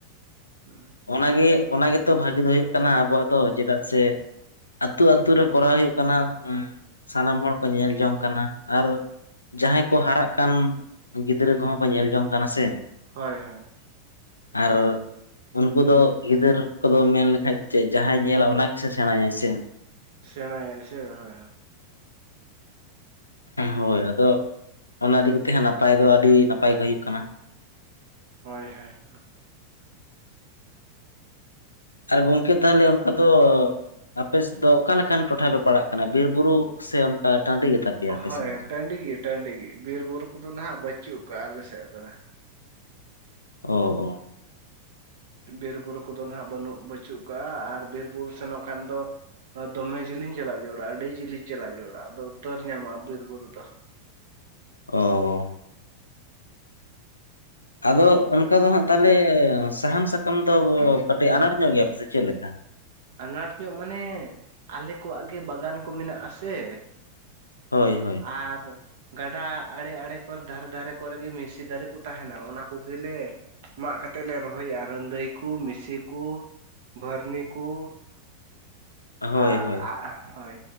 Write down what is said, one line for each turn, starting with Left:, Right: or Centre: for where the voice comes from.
Right: ᱦᱩᱜ-ᱩ
Left: ᱚᱱᱟᱜᱮ ᱚᱱᱟ ᱜᱮᱛᱚ ᱵᱷᱟᱜᱤ ᱫᱚ ᱦᱩᱭᱩᱜ ᱠᱟᱱᱟ ᱟᱵᱚᱣᱟᱜ ᱫᱚ ᱪᱮᱫᱟᱜ ᱥᱮ ᱟᱹᱛᱩ ᱟᱹᱛᱩ ᱨᱮ ᱠᱚᱨᱟᱣ ᱦᱩᱭᱩᱜ ᱠᱟᱱᱟ ᱥᱟᱱᱟᱢ ᱦᱚᱲ ᱠᱚ ᱧᱮᱞ ᱡᱚᱝ ᱠᱟᱱᱟ ᱟᱨ ᱡᱟᱦᱟᱸᱭ ᱠᱚ ᱦᱟᱨᱟᱜ ᱠᱟᱱ ᱜᱤᱫᱽᱨᱟᱹ ᱠᱚᱦᱚᱸ ᱠᱚ ᱧᱮᱞ ᱡᱚᱝ ᱠᱟᱱᱟ ᱥᱮ᱾
Right: ᱦᱳᱭ ᱦᱳᱭ
Left: ᱟᱨ ᱩᱱᱠᱩ ᱫᱚ ᱜᱤᱫᱟᱹᱨ ᱠᱚᱫᱚ ᱢᱮᱱ ᱞᱮᱠᱷᱟᱡ ᱫᱚ ᱪᱮᱫ ᱡᱟᱦᱟᱸᱭ ᱧᱮᱞᱟ ᱚᱱᱟ ᱜᱮᱥᱮ ᱥᱮᱸᱬᱟᱭᱟᱭ ᱥᱮ᱾
Right: ᱥᱮᱬᱟᱭᱟᱭ ᱥᱮ ᱦᱳᱭ᱾
Left: ᱦᱳᱭ ᱟᱫᱚ ᱚᱱᱟ ᱤᱫᱤ ᱠᱟᱛᱮᱜ ᱦᱟᱸᱜ ᱱᱟᱯᱟᱭ ᱫᱚ ᱟᱹᱰᱤ ᱱᱟᱯᱟᱭ ᱜᱮ ᱦᱩᱭᱩᱜ ᱠᱟᱱᱟ᱾
Right: ᱦᱳᱭ ᱦᱳᱭ᱾
Left: ᱟᱨ ᱜᱚᱝᱠᱮ ᱛᱟᱦᱚᱞᱮ ᱚᱱᱠᱟ ᱫᱚ ᱟᱯᱮ ᱥᱮᱫ ᱫᱚ ᱚᱠᱟ ᱞᱮᱠᱟᱱ ᱴᱚᱴᱷᱟ ᱯᱮ ᱯᱟᱲᱟᱜ ᱠᱟᱱᱟ ᱵᱤᱨ ᱵᱩᱨᱩ ᱥᱮ ᱚᱱᱠᱟ ᱴᱟᱸᱰᱤ ᱜᱮᱛᱟ ᱯᱮᱭᱟ
Right: ᱦᱳᱭ
Left: ᱟᱯᱮ
Right: ᱦᱳᱭ
Left: ᱥᱮᱱ ᱫᱚ
Right: ᱴᱟᱸᱰᱤ ᱜᱮ ᱴᱟᱸᱰᱤ ᱜᱮ ᱵᱤᱨ ᱵᱩᱨᱩ ᱠᱚᱫᱚ ᱱᱟᱦᱟᱜ ᱵᱟᱹᱪᱩᱜ ᱠᱟᱜ-ᱟ ᱟᱞᱮᱥᱮᱫ ᱫᱚ᱾
Left: ᱚᱻᱚ
Right: ᱵᱤᱨ ᱵᱩᱨᱩ ᱠᱚᱫᱚ ᱱᱟᱦᱟᱜ ᱵᱟᱹᱱᱩᱜ ᱵᱟᱹᱪᱩᱜ ᱠᱟᱜ-ᱟ ᱟᱨ ᱵᱤᱨ ᱵᱩᱨᱩ ᱥᱮᱱᱚᱜ ᱠᱷᱟᱱ ᱫᱚ ᱫᱚᱢᱮ ᱡᱤᱞᱤᱧ ᱪᱟᱞᱟᱜ ᱡᱟᱣᱨᱟ ᱟᱹᱰᱤ ᱡᱤᱞᱤᱧ ᱪᱟᱞᱟᱣ ᱡᱟᱣᱨᱟ ᱟᱫᱚ ᱩᱛᱟᱹᱨ ᱧᱟᱢᱚᱜ-ᱟ ᱵᱤᱨ ᱵᱩᱨᱩ ᱫᱚ᱾
Left: ᱚ ᱟᱫᱚ ᱚᱱᱠᱟ ᱫᱚ ᱦᱟᱸᱜ ᱛᱟᱦᱚᱞᱮ ᱥᱟᱦᱟᱱ ᱥᱟᱠᱟᱢ ᱫᱚ ᱠᱟᱹᱴᱤᱡ ᱟᱱᱟᱴ ᱧᱚᱜ ᱜᱮᱭᱟ ᱯᱮ ᱥᱮ ᱪᱮᱫ ᱞᱮᱠᱟ?
Right: ᱟᱱᱟᱴ ᱧᱚᱜ ᱢᱟᱱᱮ ᱟᱞᱮ ᱠᱚᱣᱟᱜ ᱜᱮ ᱵᱟᱜᱟᱱ ᱠᱚ ᱢᱮᱱᱟᱜ ᱟᱥᱮ
Left: ᱦᱳᱭ ᱦᱳᱭ
Right: ᱟᱨ ᱜᱟᱰᱟ ᱟᱲᱮ ᱟᱲᱮ ᱠᱚᱨᱮ ᱫᱷᱟᱨᱮ ᱫᱷᱟᱨᱮ ᱠᱚᱨᱮ ᱜᱮ ᱢᱤᱥᱤ ᱫᱟᱨᱮ ᱠᱚ ᱛᱟᱸᱦᱮᱱᱟ ᱚᱱᱟ ᱠᱚᱜᱮᱞᱮ ᱢᱟᱜ ᱠᱟᱛᱮᱫ ᱞᱮ ᱨᱚᱦᱚᱭᱮᱜ-ᱟ ᱨᱟᱹᱱᱫᱟᱹᱭ ᱠᱩ ᱢᱤᱥᱤ ᱠᱩ ᱵᱷᱟᱹᱨᱱᱤ ᱩᱱᱠᱩ ᱟᱨ
Left: ᱦᱳᱭ ᱦᱳᱭ
Right: ᱦᱳᱭ